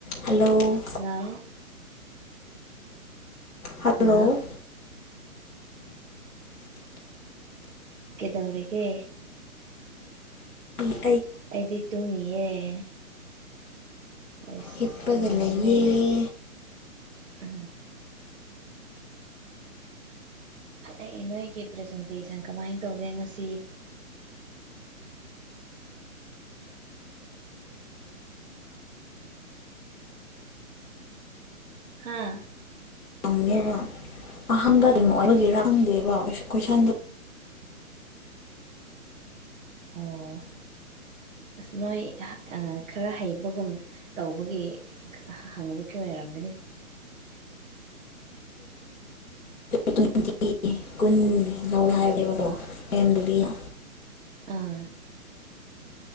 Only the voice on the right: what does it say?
hello
hello ꯀꯩꯗꯧꯔꯤꯒꯤ
ꯑꯩꯗꯤ ꯇꯨꯝꯃꯤꯌꯦꯦ ꯑꯩꯁ
ꯉꯥꯏꯅꯦ
ꯑ ꯑꯩ ꯅꯣꯏꯒꯤ ꯄ꯭ꯔꯖꯦꯟꯇꯦꯁꯟ ꯀꯃꯥꯏꯅ ꯇꯧꯒꯦ ꯉꯁꯤ ꯍꯥꯥ
ꯑꯣ ꯑꯁ ꯅꯣꯏ ꯈꯔ ꯍꯩꯕꯒꯨꯝ ꯇꯧꯕꯒꯤ ꯍꯪꯕꯒꯤ ꯑꯣꯏꯔꯝꯒꯅꯤ
ꯑꯥ